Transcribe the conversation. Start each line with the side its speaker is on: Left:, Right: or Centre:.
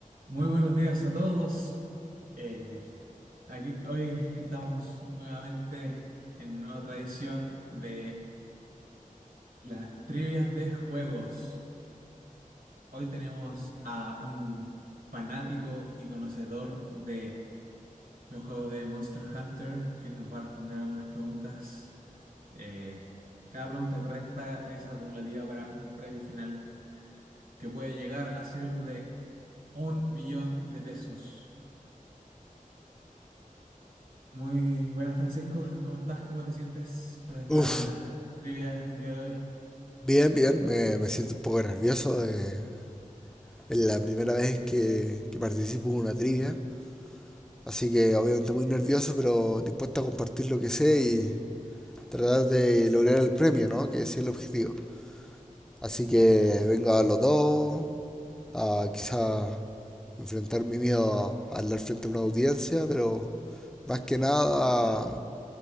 Right: Muy buenos días a todos. Eh, aquí hoy estamos nuevamente en una nueva tradición de las trivias de juegos. Hoy tenemos a un fanático y conocedor de los juegos de Monster Hunter que nos va a responder algunas preguntas. Eh, cada pregunta correcta es acumulativa para un premio final que puede llegar a ser de un millón de pesos. Muy buenas, Francisco. ¿Cómo estás? ¿Cómo te sientes para esta
Centre: Uf,
Right: trivia el día de hoy?
Centre: bien, bien. Me, me siento un poco nervioso. de- es la primera vez que, que participo en una trivia. Así que obviamente muy nervioso, pero dispuesto a compartir lo que sé y tratar de lograr el premio, ¿no? Que ese es el objetivo. Así que vengo a los dos, a quizá enfrentar mi miedo a, a hablar frente a una audiencia, pero más que nada